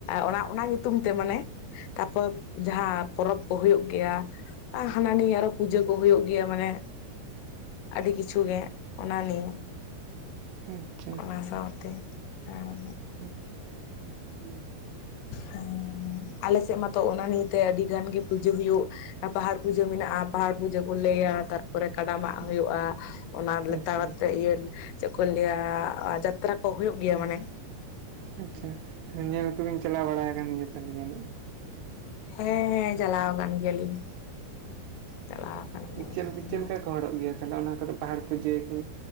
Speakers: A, on the left; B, on the right.
A: ᱚᱲᱟᱜ ᱚᱱᱟ ᱛᱩᱝ ᱛᱮ ᱢᱟᱱᱮ ᱛᱟᱯᱚᱨ ᱡᱟᱦᱟᱸᱟᱸ ᱯᱚᱨᱚᱵᱽ ᱠᱚ ᱦᱩᱭᱩᱜ ᱜᱮᱭᱟ ᱚᱱᱚᱱᱟ ᱱᱤᱭᱟᱹ ᱟᱨᱚ ᱯᱩᱡᱟᱹ ᱠᱚ ᱦᱩᱭᱩᱜ ᱜᱮᱭᱟ ᱢᱟᱱᱮ ᱟᱹᱰᱤ ᱠᱤᱪᱷᱩ ᱜᱮ ᱚᱱᱟ ᱱᱤᱭᱮ
B: ᱟᱪᱪᱷᱟ
A: ᱚᱱᱟ ᱥᱟᱶᱛᱮᱼᱼ ᱟᱨᱚ
B: <unintelligible> <unintelligible>
A: ᱦᱮᱸ <unintelligible> ᱟᱞᱮᱥᱮᱫ ᱢᱟᱛᱚ ᱚᱱᱟ ᱱᱤᱭᱮᱛᱮ ᱟᱹᱰᱤ ᱜᱟᱱ ᱜᱮ ᱯᱩᱡᱟᱹ ᱦᱩᱭᱩᱜ ᱯᱟᱦᱟᱲ ᱯᱩᱡᱟᱹ ᱢᱮᱱᱟᱜᱼᱟ ᱯᱟᱦᱟᱲ ᱯᱩᱡᱟᱹ ᱠᱩᱞᱟᱹᱭᱟ ᱛᱟᱨᱯᱚᱨᱮ ᱠᱟᱰᱟᱢᱟᱜ
B: ᱟᱪᱪᱷᱟ
A: ᱦᱩᱭᱩᱜᱼᱟ ᱚᱱᱟ
B: ᱟᱪᱪᱷᱟ
A: ᱞᱮᱛᱟᱲ ᱟᱛᱮᱜ
B: ᱟᱪᱪᱷᱟ
A: ᱤᱭᱟᱹᱼᱼ ᱪᱮᱫ ᱠᱚ ᱞᱟᱹᱭᱟ ᱡᱟᱛᱨᱟ ᱠᱚ ᱦᱩᱭᱩᱜ ᱜᱮᱭᱟ ᱢᱟᱱᱮᱼᱼ
B: ᱟᱪᱪᱷᱟ ᱛᱚ ᱧᱮᱞ ᱠᱚᱵᱤᱱ ᱪᱟᱞᱟᱣ ᱵᱟᱲᱟ ᱟᱠᱟᱱ ᱜᱮ ᱛᱟᱦᱚᱞᱮ ᱡᱟᱹᱱᱤᱡᱼᱼ
A: ᱦᱮᱸᱦᱮᱸ ᱪᱟᱞᱟᱣ ᱟᱠᱟᱱ ᱜᱮᱭᱟᱞᱤᱧ᱾ ᱪᱟᱞᱟᱣ ᱟᱠᱟᱱ ᱜᱮᱭᱟᱞᱤᱧ
B: ᱪᱮ ᱪᱮᱫ ᱞᱮᱠᱟ ᱠᱚ ᱦᱚᱲᱚᱜ ᱜᱮᱭᱟ ᱛᱟᱦᱞᱮ ᱚᱱᱟ ᱠᱚᱨᱮ? ᱯᱟᱦᱟᱲ ᱯᱩᱡᱟᱹ ᱠᱚ